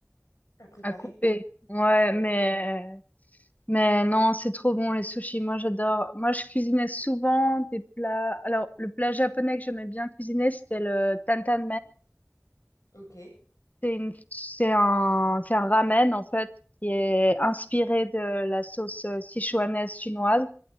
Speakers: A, on the left; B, on the left.
A: À préparer.
B: à couper. Ouais,
A: Ouais.
B: mais, mais non, c'est trop bon les sushis. Moi, j'adore. Moi, je cuisinais souvent des plats. Alors, le plat japonais que j'aimais bien cuisiner, c'était le tantan
A: Ok.
B: C'est une, c'est un, c'est un ramen, en fait, qui est inspiré de la sauce euh, sichuanaise chinoise.